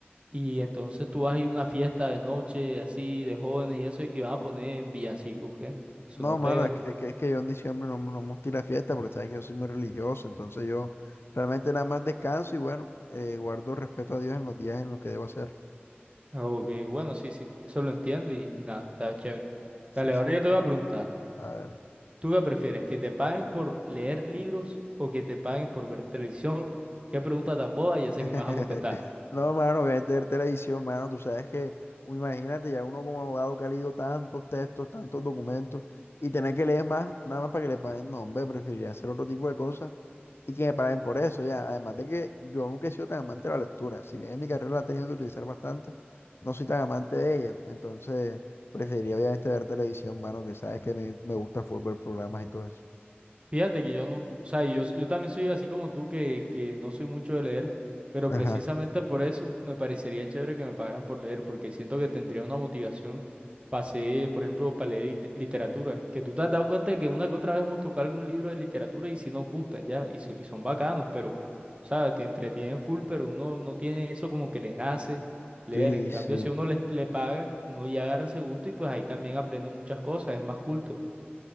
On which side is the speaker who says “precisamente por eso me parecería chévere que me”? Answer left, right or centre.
Right